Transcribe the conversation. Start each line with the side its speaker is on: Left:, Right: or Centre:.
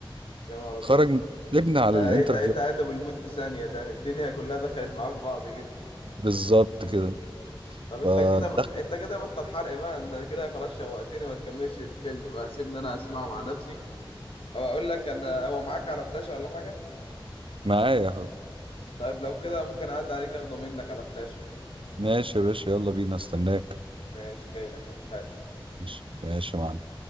Left: يا نهار أبيض
Right: خرج من السجن على
Left: ده
Right: الانترفيو
Left: إيه تق- إيه تقلب المود في ثانية ده الدنيا كلها دخلت معاه في بعض كده
Right: بالظبط كده
Left: طب
Right: فدخل
Left: انت كده انت كده بطل حرق بقى انت كده خلاص شوقتني ما تكملش الفيلم بقى سيبني انا اسمعه مع نفسي او اقول لك انا هو معاك على فلاشة ولا حاجة
Right: معايا يا حبيبي
Left: طيب لو كده ممكن اعدي عليك اخده منك على فلاشة
Right: ماشي يا باشا يلا بينا استناك
Left: ماشي جاي لك اهو حالا.
Right: ماشي ماشي يا معلم